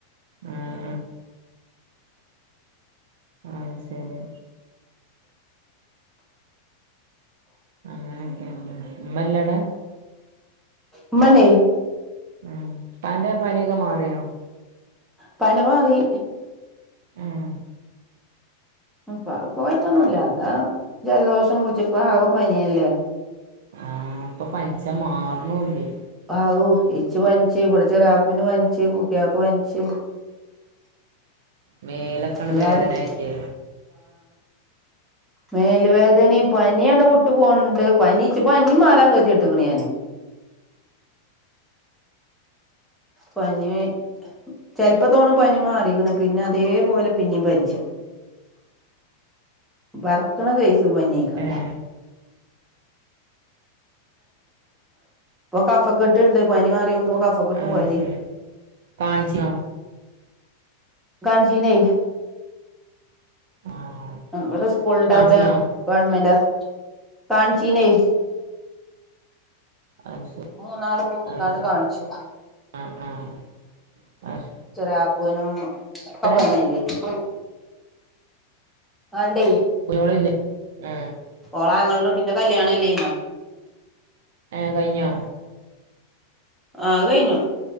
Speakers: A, on the right; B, in the centre.
A: ആഹ് ആഹ് ശരി അങ്ങനൊക്കെ അല്ലെ ഇമ്മല്ലെ അവിടെ.
B: ഇമ്മയുണ്ട്.
A: ഉം അന്റെ പനിയൊക്കെ മാറിയോ?
B: പനി മാറി.
A: ഉം
B: പാ ഇപ്പ കൊഴപ്പൊന്നും ഇല്ലാ അതാ ജൽദോഷം പുട്ച്ച് ഇപ്പ ആകെ പനി അല്ലേ
A: ആ ഇപ്പ പൻച്ചാ മാർണുല്ലെയ്
B: ആഹു ഇച്ച് പൻച്ച് ഇബടെ ചെറാപ്പുന് പൻച്ച് കുട്ടിയാക്ക് പൻച്ച്
A: മേലൊക്കാണ്ട്
B: എല്ലാർക്കും
A: വേദനായിട്ടെ
B: മേൽ വേദനിം പനിയാണ്ട് വുട്ട് പോൺണ്ട് പനി ഇച്ച് പനി മാറാൻ കെതെട്ട്ക്ക്ണ് ഞാൻ പനി ചെൽപ്പം തോണും പനി മാറിക്ക്ണ് പിന്നെ അതേപോലെ പിന്നിം പൻച്ചാ ബർക്ക്ണ സെയ്സ് പന്യായ്ക്ക
A: ഏഹ്
B: ഇപ്പൊ കഫക്കെട്ട് ഇണ്ട് പനി മാറിയൊ ക്കുമ്പം കഫകെട്ടും
A: അത്
B: കൊരിം
A: ശരി കാണിച്ചിനോ
B: കാണ്ഞ്ചിനെ
A: ആഹ്
B: ഇവടെ സ്കൂൾന്റെ
A: കാണിച്ചിനോ
B: അവ്ടെ ഗവൺമെന്റാ കാൺച്ചീനെയ്
A: അത് ശരി
B: മൂന്നാള് കൂടിക്കാണ്ട്
A: അത് ശരി
B: കാൺച്ചു
A: ആഹ് ആഹ് അത് ശരി
B: ചെറ്യാപ്പുനും ഒക്കെ
A: എവിടെ
B: പനി അല്ലെയ് ച്ചും ആ ഇണ്ടെയ്
A: കുഞ്ഞോൾ ഇല്ലേ ആ
B: ഓളെ ആങ്ങൾന്റെ കുട്ടീന്റെ കല്യാണം അല്ലെയ്നൊ
A: ഏ കയ്ഞ്ഞോ
B: ആ അത് കയ്ഞ്ഞു